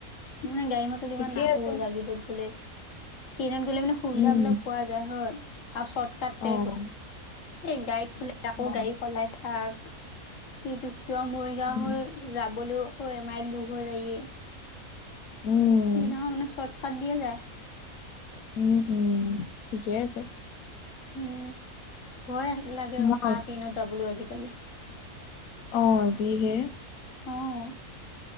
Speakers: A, on the left; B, on the left.
A: মানে গাড়ী মটত ইমান
B: ঠিকে
A: নাহো‌
B: আছে,
A: জাগিৰোড গ'লে ট্ৰেইনত গ'লে মানে সুবিধাবিলাক
B: উম,
A: পোৱা যায় হয় আৰু চৰ্টকাটত
B: অ',
A: এইবোৰ এই গাড়ীত গলে। আকৌ
B: অ',
A: গাড়ী সলাই থাক সেইটো সেইটো আৰু মৰিগাও
B: উম।
A: হৈ যাবলৈও আকৌ এমাইল দুৰ হৈ যায় গে
B: উম,
A: গোটেইখন মানে চৰ্ট কাট দিয়ে যায়
B: উম উম ঠিকে আছে
A: উম ভয় লাগে ৰখা
B: মই উঠ-
A: ট্ৰেইনত যাবলৈও আজিকালি।
B: অ যিহে
A: অ